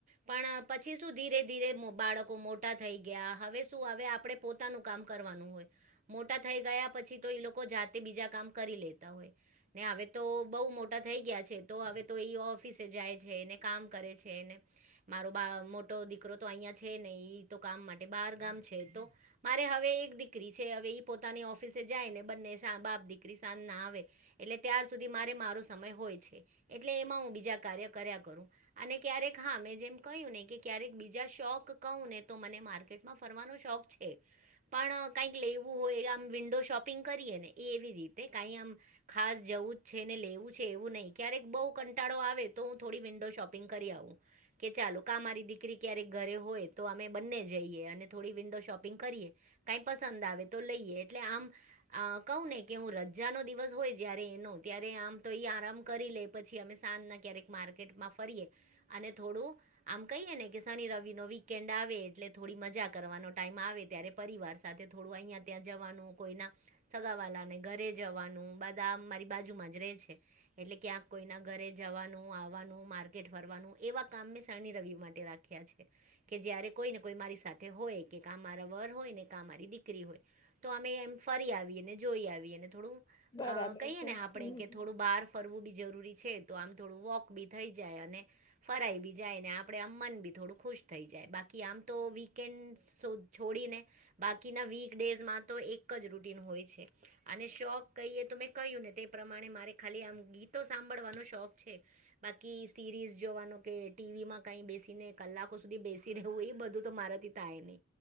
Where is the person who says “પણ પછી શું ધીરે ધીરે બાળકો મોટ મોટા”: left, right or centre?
Right